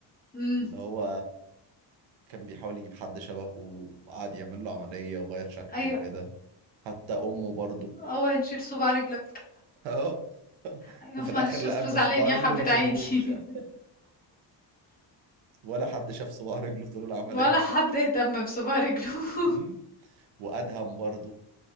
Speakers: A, on the left; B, on the right.
A: امم
B: اللي هو كان بيحاول يجيب حد شبهه وقعد يعمل له عملية وغير شكله
A: ايوه
B: وكده حتى أمه برضه
A: اه هنشيل صباع رجلك
B: أهو. <laughs>
A: ايوه
B: وفي
A: معلش
B: الآخر لقى
A: اصله
B: إن
A: زعلان
B: صباع
A: يا
B: رجله
A: حبة
B: ما شافوهوش
A: عيني <laughs>
B: يعني ولا حد شاف صباع رجله طول العملية
A: ولا حد اهتم بصباع رجله <laughs>
B: أمم. وأدهم برضه